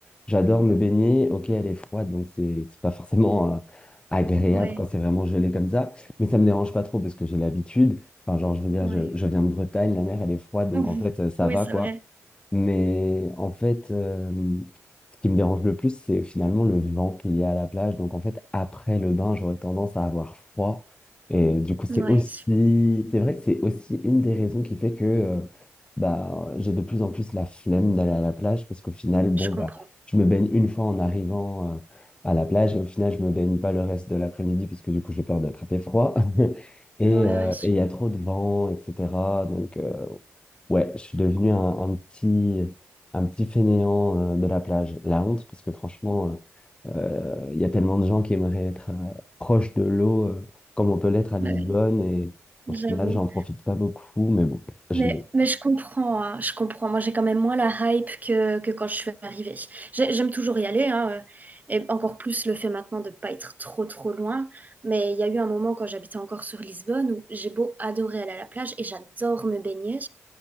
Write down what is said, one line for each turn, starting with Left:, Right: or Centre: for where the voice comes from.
Left: j'adore me baigner, ok elle est froide donc c'est c'est pas forcément euh, agréable
Right: Ouais,
Left: quand c'est vraiment gelé comme ça, mais ça me dérange pas trop parce que j'ai l'habitude, enfin genre je veux dire
Right: ouais.
Left: je, je viens de Bretagne, la mer elle est froide donc
Right: <laughs>
Left: en fait euh, ça
Right: Oui,
Left: va
Right: c'est
Left: quoi.
Right: vrai.
Left: Mais en fait, euh, ce qui me dérange le plus, c'est finalement le vent qu'il y a à la plage. Donc en fait, après le bain, j'aurais tendance à avoir froid. Et du coup, c'est
Right: Ouais,
Left: aussi, c'est vrai que c'est aussi une des raisons qui fait que euh, bah, j'ai de plus en plus la flemme d'aller à la plage parce qu'au final, bon,
Right: je comprends.
Left: bah, je me baigne une fois en arrivant euh, à la plage et au final, je me baigne pas le reste de l'après-midi parce que du coup, j'ai peur d'attraper froid. <laughs> Et
Right: Ouais, ouais,
Left: euh,
Right: je-
Left: et il y a trop de vent, etc. Donc, euh, Ouais, je suis devenu un, un petit, un petit fainéant euh, de la plage. La honte, parce que franchement, euh, euh, il y a tellement de gens qui aimeraient être euh, proche de l'eau, euh, comme on peut l'être à
Right: ouais,
Left: Lisbonne, et au
Right: j'avoue.
Left: final, j'en profite pas beaucoup, mais bon, je
Right: Mais,
Left: l'ai.
Right: mais je comprends, hein, je comprends. Moi, j'ai quand même moins la hype que, que quand je suis arrivée. J'ai- J'aime toujours y aller, hein, euh, et encore plus le fait maintenant de pas être trop, trop loin. Mais il y a eu un moment quand j'habitais encore sur Lisbonne où j'ai beau adorer aller à la plage et j'adore me baigner.